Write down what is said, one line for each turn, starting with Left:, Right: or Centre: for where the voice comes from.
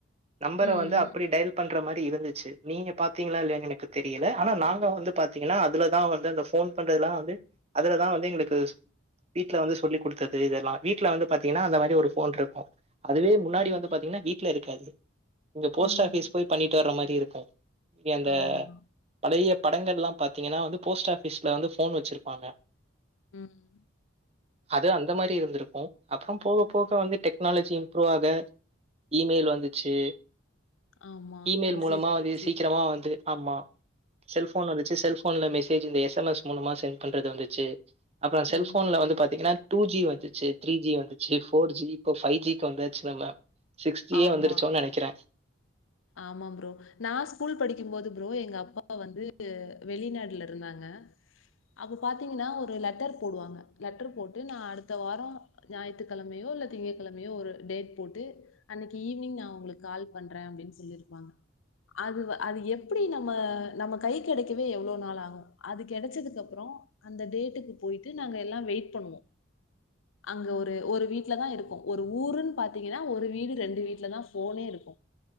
Right: நம்பர
Left: ம்,
Right: வந்து
Left: ம்.
Right: அப்படி டையல் பண்ற மாதிரி இருந்துச்சு நீங்க பாத்தீங்களா இல்லையா எனக்கு தெரியல ஆனா நாங்க வந்து பாத்தீங்கன்னா அதுல தா வந்து அந்த ஃபோன் பண்றதுல்லா வந்து அதுலதா வந்து எங்களுக்கு வீட்ல வந்து சொல்லி குடுத்தது இதெல்லா வீட்டுல வந்து பாத்தீங்கன்னா அந்த மாரி ஒரு ஃபோன் இருக்கும் அதுவே முன்னாடி
Left: ம்.
Right: வந்து பாத்தீங்கன்னா வீட்டுல இருக்காது இங்க போஸ்ட்
Left: ம்.
Right: ஆபிஸ் போய் பண்ணிட்டு வர்ற மாதிரி இருக்கும் அந்த
Left: ஆமா.
Right: பழைய படங்கள் எல்லா பார்த்தீங்கன்னா வந்து போஸ்ட் ஆபீஸ்ல வந்து ஃபோன் வச்சிருப்பாங்க
Left: உம்
Right: <inaudible> அது அந்த மாரி இருந்திருக்கும் அப்பறோ போக போக வந்து டெக்னாலஜி இம்ப்ரூவ் ஆக இமெயில் வந்துச்சு
Left: ஆமா.
Right: இமெயில்
Left: மெசேஜ்
Right: மூலமா
Left: வந்துச்சு.
Right: வந்து சீக்கிரமா வந்து ஆமா செல்போன் வந்துச்சு செல்போன்ல மெசேஜ் இந்த எஸ்எம்எஸ் மூலமா சென்ட் பண்றது வந்துச்சு அதா செல்போன்ல
Left: ம்.
Right: வந்து பாத்தீங்ன்னா டூ ஜி வந்துச்சு த்ரீ ஜி வந்துச்சு ஃபோர் ஜி இப்போ ஃபைவ் ஜிக்கு வந்தாச்சு நம்ம சிக்ஸ் ஜியே
Left: ஆமா.
Right: வந்துரி நெனக்கிற
Left: ஆமா ப்ரோ நா ஸ்கூல் படிக்கு போது ப்ரோ எங்க அப்பா வந்து வெளிநாடுல இருந்தாங்க அப்போ பாத்தீங்ன்னா ஒரு லெட்டர் போடுவாங்க லெட்டர் போட்டு நான் அடுத்த வார ஞாயித்துக்கெழமையோ இல்ல திங்க கெழமையோ ஒரு டேட் போட்டு அன்னைக்கு ஈவினிங் நா உங்களுக்கு கால் பண்றே அப்டின் சொல்லிருப்பாங்க அது அது எப்புடி நம்ம நம்ம கை கெடைக்கவே எவ்ளோ நாள் ஆகு அது கெடச்சதுக்கு அப்ற அந்த டேட்டுக்கு போயிட்டு நாங்க எல்லா வெயிட் பண்ணுவோ
Right: <inaudible>
Left: அங்க ஒரு ஒரு வீட்லதா இருக்கு ஒரு ஊருன் பாத்தீங்கனா ஒரு வீடு ரெண்டு வீட்லதா ஃபோனே இருக்கு